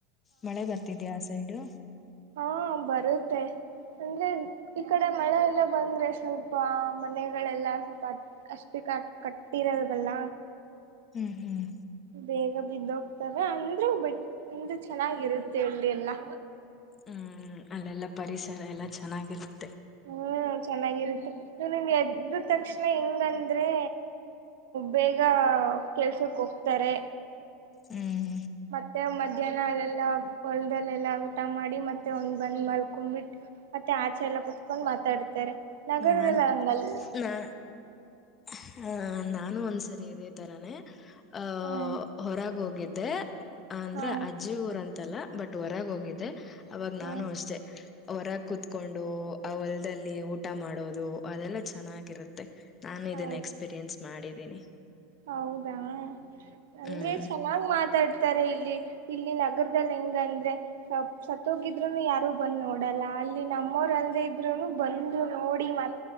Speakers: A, on the left; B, on the right.
A: ಮಳೆ ಬರ್ತಿದ್ಯಾ ಆ ಸೈಡು
B: ಹಾ ಬರುತ್ತೆ ಅಂದ್ರೆ ಈ ಕಡೆ ಮಳೆ ಎಲ್ಲ ಬಂದ್ರೆ ಸ್ವಲ್ಪ ಮನೆಗಳೆಲ್ಲ ಸ್ವಲ್ಪ ಅಷ್ಟು ಕ ಕಟ್ಟ ಇರಲ್ ವಲ್ಲ
A: ಹ್ಮ್ ಹ್ಮ್
B: ಬೇಗ ಬಿದ್ದ ಹೋಗ್ತವೆ ಅಂದ್ರೂ ಬಟ್ ಅಂದ ಚೆನ್ನಾಗಿರುತ್ತೆ ಇಲ್ಲಿ ಎಲ್ಲಾ
A: ಹ್ಮ್ ಅಲ್ಲೆಲ್ಲ ಪರಿಸರ ಎಲ್ಲ ಚೆನಾಗಿರುತ್ತೆ
B: ಹ್ಮ್ ಚೆನ್ನಾಗಿರುತ್ತೆ ನಿಮಗೆ ಎದ್ ಎದ್ದ್ ತಕ್ಷಣ ಹೆಂಗಂದ್ರೆ ಬೇಗ ಕೆಲ್ಸಕ್ ಹೋಗ್ತಾರೆ
A: ಹ್ಮ್
B: ಮತ್ತೆ ಮಧ್ಯಾಹ್ನ ಅಲ್ಲೆಲ್ಲ ಹೊಲದಲ್ಲೆಲ್ಲಾ ಊಟ ಮಾಡಿ ಮತ್ತೆ ಒಂದ್ ಬಂದ ಮಲ್ಕಂಬ್ಬಿಟ್ಟ ಮತ್ತೆ ಆಚೆ ಎಲ್ಲ ಕೂತ್ ಕೊಂಡ್ ಮಾತಾಡ್ತಾರೆ
A: ನಾನು
B: ಹಂಗಲ್ಲ
A: ನಾ ಹಾ ನಾ ನಾನು ಒಂದ್ಸರಿ ಇದೇ ತರಾನೇ ಅ
B: ಹ್ಮ್
A: ಹೊರಗ್ ಹೋಗಿದ್ದೆ ಅಂದ್ರೆ
B: ಹಾ
A: ಅಜ್ಜಿ ಊರ ಅಂತಲ್ಲ ಬಟ್ ಹೊರಗೆ ಹೋಗಿದ್ದೆ ಅವಾಗ
B: ಹ್ಮ್
A: ನಾನು ಅಷ್ಟೆ ಹೊರಗ್ ಕುೂತ್ಕೊಂಡು ಅವಲ್ದಲ್ಲಿ ಊ ಊಟ ಮಾಡೋದು ಅದೆಲ್ಲಾ ಚೆನ್ನಾಗಿರುತ್ತೆ ನಾನು
B: ಹೌದು
A: ಇದನ್ನ ಎಕ್ಸ್ಪೀರಿಯನ್ಸ್ ಮಾಡಿದ ನಿ <unintelligible>
B: ಹೌದಾ ಅಂದ್ರೆ
A: ಹ್ಮ್
B: ಚೆನ್ನಾಗ್ ಮಾತ್ ಮಾತಾಡ್ತಾರೆ ಇಲ್ಲಿ ಇಲ್ಲಿ ನಗರದಲ್ಲಿ ಹೆಂಗಂದ್ರೆ ಸತ್ತೋಗಿದ್ರುನು ಯಾರು ಬಂದ್ ನೋಡಲ್ಲ ಅಲ್ಲಿ ನಮ್ಮವರ ಅಲ್ಲದೇ ಇದ್ರುನು ಬಂದು ನೋಡಿ ಮತ್ತ